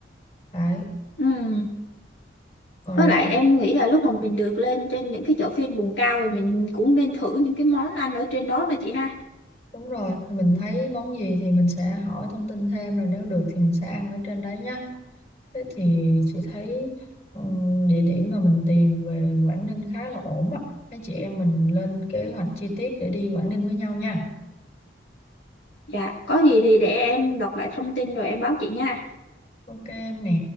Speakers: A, on the left; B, on the left.
A: Đấy,
B: ừ.
A: còn
B: với lại
A: ra-
B: em nghĩ là lúc mà mình được lên trên những cái chợ phiên vùng cao rồi mình cũng nên thử những cái món ăn ở trên đó mà chị ha
A: đúng rồi, mình thấy món gì thì mình sẽ hỏi thông tin thêm rồi nếu được thì mình sẽ ăn ở trên đấy nhá. Thế thì chị thấy ừm, địa điểm mà mình tìm về Quảng Ninh khá là ổn á. Mấy chị em mình lên kế hoạch chi tiết để đi Quảng Ninh với nhau nha.
B: dạ có gì thì để em lọc lại thông tin rồi em báo chị nha
A: Ok em nè.